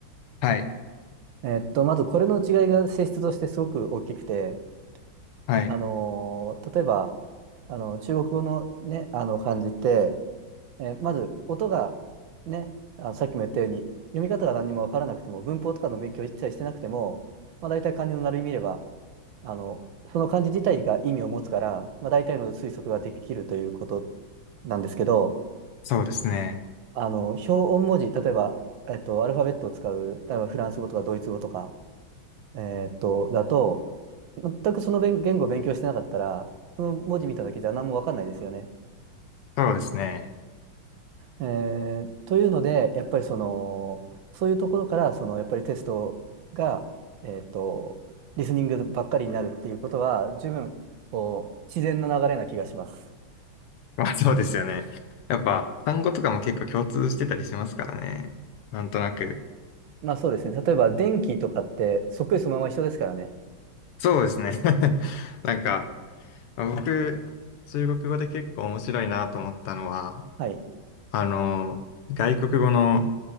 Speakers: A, on the left; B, on the right.
A: はい。
B: えっと、まずこれの違いが性質としてすごく大きくて、
A: はい。
B: あのー例えば、あの、中国語のね、あの漢字って、えーまず音がね、あのさっきも言ったように、読み方が何にもわからなくても、文法とかの勉強を一切してなくても、まあ、大体漢字の並び見れば、あの、その漢字自体が意味を持つから、まあ、大体の推測ができるということなんですけど、
A: そうですね。
B: あの、表音文字、例えば、えっと、アルファベットを使う、例えばフランス語とかドイツ語とか、えっと、だと、全くその言言語を勉強してなかったら、その文字見ただけじゃ何もわかんないですよね。
A: そうですね。
B: えーというので、やっぱりその、そういうところから、その、やっぱりテストが、えっと、リスニングばっかりになるっていうことは、十分、こう、自然な流れな気がします。
A: <laughs> まあ、そうですよね。やっぱ、単語とかも結構共通してたりしますからね。なんとなく。
B: まあそうですね。例えば、電気とかって、そっくりそのまま一緒ですからね。
A: そうですね。<laughs> なんか、僕、中国語で結構面白いなと思ったのは、
B: はい。
A: あの、外国語の、